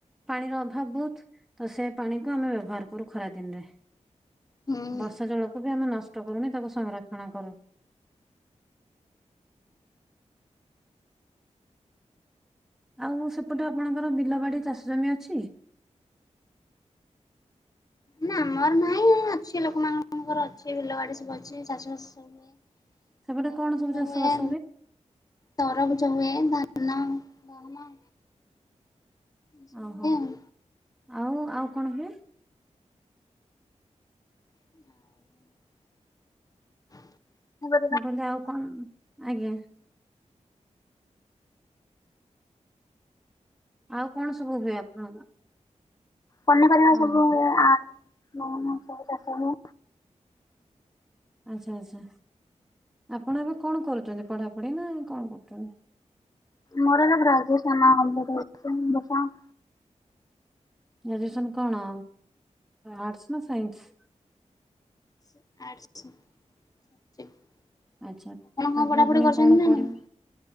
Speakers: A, in the centre; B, on the left (about 30°).
A: ପାଣିର ଅଭାବ ବହୁତ ତ ସେ ପାଣି କ ଆମେ ବ୍ୟବହାର କରୁ ଖରା ଦିନରେ।
B: ହୁଁ।
A: ବର୍ଷା ଜଳକୁ ବି ଆମେ ନଷ୍ଟ କରୁନି ତାକୁ ସଂରକ୍ଷଣ କରୁ। ଆଉ ସେପଟେ ଆପଣଙ୍କର ବିଲ ବାଡି ଚାଷ ଜମି ଅଛି।
B: ନା ଆମର ନାହିଁ ଅଛି ଲୋକମାନଙ୍କର ଅଛି ବିଲ ବାଡି ସବୁ ଅଛି ଚାଷ ବାଷ ସବୁ। ତା
A: ସେପଟେ କଣ
B: ପୁଝା
A: ସବୁ ଚାଷ
B: ହୁଏ
A: ବାସ
B: ଏ ତରଭୁଜ ହୁଏ ଧାନ ଗହମ ଏସବୁ
A: ଓହୋ
B: ହୁଏ ଆଉ।
A: ଆଉ ଆଉ କଣ ବି
B: <inaudible>
A: କହିଲେ ଆଉ କଣ ଆଜ୍ଞା। ଆଉ କଣ ସବୁ ହୁଏ ଆପଣଙ୍କ
B: ପନିପରିବା ସବୁ
A: ଓହୋ
B: ହୁଏ ଆଳୁ ଗହମ ଫଳ ଚୀଷ ହୁଏ।
A: ଆଚ୍ଛା ଆଚ୍ଛା ଆପଣ ଏବେ କଣ କରୁଛନ୍ତି ପଢାପଢି ନା କଣ କରୁଛନ୍ତି?
B: ମୋର ଗ୍ରାଜୁଏସନ ଗମ୍ପ୍ଲିଟ୍ ହେଇଚି <unintelligible>
A: ଗ୍ରାଜୁଏସନ କଣ ଆର୍ଟସ୍ ନା ସାଇନ୍ସ୍?
B: ଆର୍ଟସ୍
A: ଆଚ୍ଛା ତା
B: ଆପଣ କଣ ପଢ଼ାପଢ଼ି
A: ପରେ ପୁଣି
B: କରିଛନ୍ତି
A: କଅଣ
B: ନା
A: ପଡ଼ିବ?
B: ନାଇଁ?